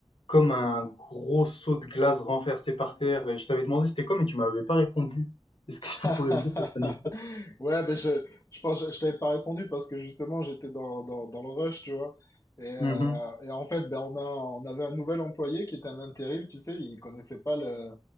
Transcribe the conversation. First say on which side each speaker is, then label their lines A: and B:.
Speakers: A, on the left (about 70°); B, on the left (about 30°).
A: comme un gros seau de glace renversé par terre et je t'avais demandé c'était quoi, mais tu m'avais pas répondu. Est-ce que
B: <laughs>
A: tu pourrais me dire cette anecdote?
B: Ouais, mais je, je pense que je t'avais pas répondu parce que justement j'étais dans, dans, dans le rush, tu vois. Et, euh,
A: Mmh Mhm.
B: et en fait, ben, on a, on avait un nouvel employé qui était un intérim, tu sais, il connaissait pas le,